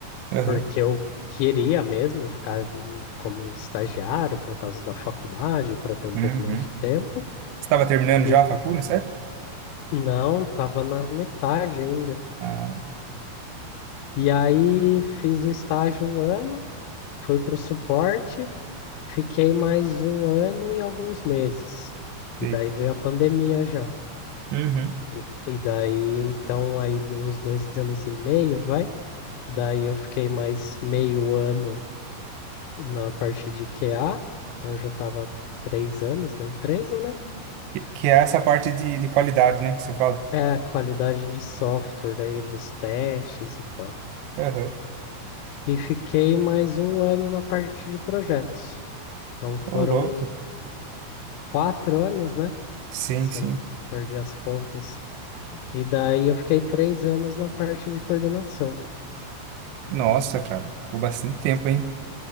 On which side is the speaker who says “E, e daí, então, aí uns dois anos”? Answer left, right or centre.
Left